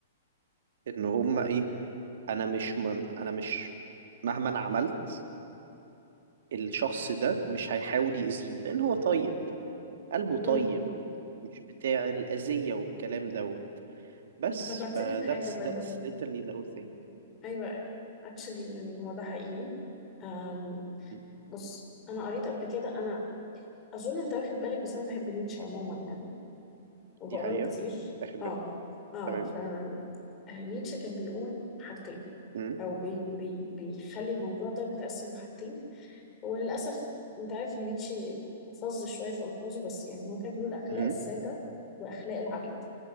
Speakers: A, on the right (about 70°); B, on the left (about 30°).
A: ان هم ايه انا مش م... انا مش مهما انا عملت الشخص ده مش هيحاول يأذيني لان هو طيب قلبه طيب
B: م- م.
A: مش بتاع الأذية والكلام دوت بس
B: أنت فكرتني
A: ف that's
B: بحاجة باي
A: that's
B: ذا واي
A: literally the whole thing
B: ايوه اكشلي يعني هو ده حقيقي أم
A: مهم.
B: بص انا قريت قبل كده انا اظن انت واخد بالك بس انا بحب نيتشه عموما يعني وبقرا
A: دي حقيقة
B: له كتير
A: آخد بالي
B: اه اه
A: تمام
B: فنيتشه كان بيقول حاجتين
A: مهم.
B: او بي بي بيخلي الموضوع ده متقسم لحاجتين هو للاسف انت عارف ان نيتشه فظ شويه في الفاظه بس يعني هو كان بيقول اخلاق
A: مهم.
B: الساده واخلاق العبيد